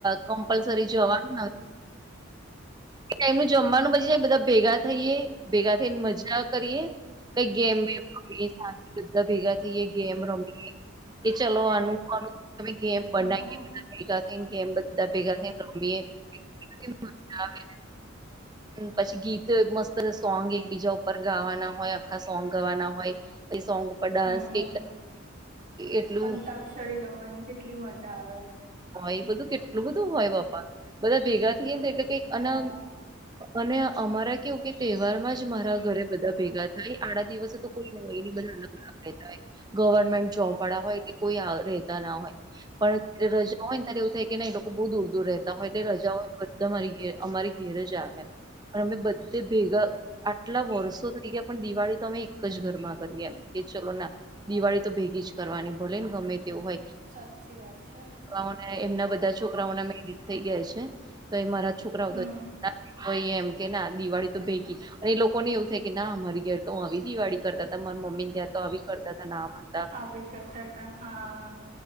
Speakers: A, on the right; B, on the right.
A: કમ્પલસરી જોવાનું ન એમનીનું જમવાનું બચી જાય, બધા ભેગા થઈએ ભેગા થઈને મજા કરીએ‌. કઈ ગેમ મે રમીએ? બધા ભેગા થઈ એ ગેમ રમી કે ચલો આનું આ ગેમ બનાઈ.
B: હા હા
A: ભેગા થઈએ કે એમ બધા ભેગા થઈને રમીએ, મજા આવેને! પછી ગીત મસ્ત સોંગ. એકબીજા ઉપર ગાવાના હોય, આખા સોંગ ગાવાના હોય. પછી સોંગ ડાન્સ
B: હમ
A: કે એટલું
B: અંતાક્ષરી રમવાની કેટલી મજા આવે
A: હોય, એ બધું કેટલું બધું હોય! બાપા બધા ભેગા થી કેમ એટલે કંઈકઅને
B: હા
A: અને અમારા કેવું કે તહેવાર માં જ મારા ઘરે બધા ભેગા થાય. આડા દિવસે તો કોઈ હોય નહીં, બધા અલગ થા. <unintelligible> ગવર્મેન્ટ જોબ વાળા હોય, એ કોઈ રહેતા ના હોય. પણ જયારે રજા હોય, ત્યારે એવું થાય કે ન બહુ દૂર-દૂર રહેતા હોય, એટલે રજાઓય બધા મારી ઘેર અમારી આવે, અમે બધે ભેગા, આટલા વર્ષો થઈ ગયા. પણ દિવાળી તમે એક જ ઘરમાં કરી એમ કે, ચલો ના દિવાળી તો ભેગી જ કરવાની, ભલે ને ગમે તેવું હોય.
B: સાચી વાત છે.
A: છોકરાઓને એમના બધા છોકરાઓના મેરેજ થઈ ગયા છે, તો એ મારા છોકરાઓ
B: હમ
A: તો કોઈ એમ કે ના દિવાળી તો ભેગી અને લોકોને એવું થાય કે, ના, અમારી ઘેર તો હ આવી દિવાળી કરતા હતા, મારા મમ્મી ત્યાં તો આવી કરતા હતા.
B: આવી કરતા હતા. હા.